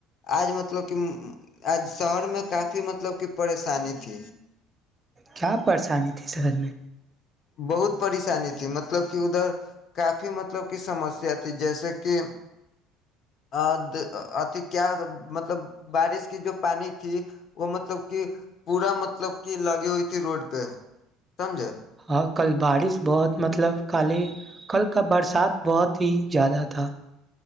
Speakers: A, on the left; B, on the right.
A: آج مطلب کہ آج شہر میں کافی مطلب کہ پریشانی تھی
B: کیا پریشانی تھی شہر میں
A: بہت پریشانی تھی مطلب <unintelligible> کہ ادھر کافی مطلب کی سمسیا تھی جیسے کہ <unintelligible> ا اتی کیا مطلب بارش کی جو پانی تھی وہ مطلب کہ پورا مطلب کہ لگی ہوئی تھی روڈ پہ سمجھے
B: ہاں کل بارش بہت <unintelligible> مطلب کالے کل کا برسات بہت ہی زیادہ تھا <unintelligible>